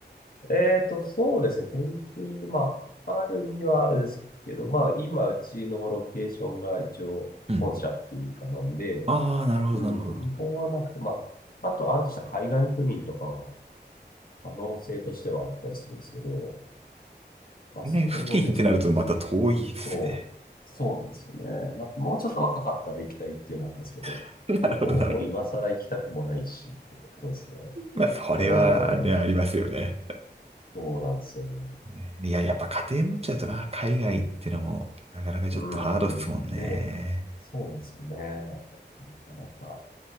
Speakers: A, on the left; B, on the right.
A: えっと、そうですね。転勤、まあ、あるにはあるですけど、まあ、今、うちのロケーションが一応、
B: うん
A: 本社っていうかなんで、
B: ああ、なるほど、
A: うん、
B: なるほど。
A: 基本はなくて、まあ、あと、あるとしたら海外赴任とかは、可能性としてはあったりするんですけど、まあ、
B: ね、
A: それも別に、
B: 付近ってなるとまた遠いですね。
A: そう、そうなんですよね。まあ、もうちょっと若かったら行きたいっていうのはあったんですけど、
B: <laughs> なるほど、
A: もう、
B: なるほど。
A: もう今更行きたくもないし、ってとこですね。
B: まあ、それはね、
A: う
B: ありますよね。
A: ん、そうなんですよね。
B: ねいや、やっぱ家庭持っちゃうとな、海外ってのも、なかなかちょっとハードっすもんね。
A: うーん、ねえ。そうなんですよね。なかなか、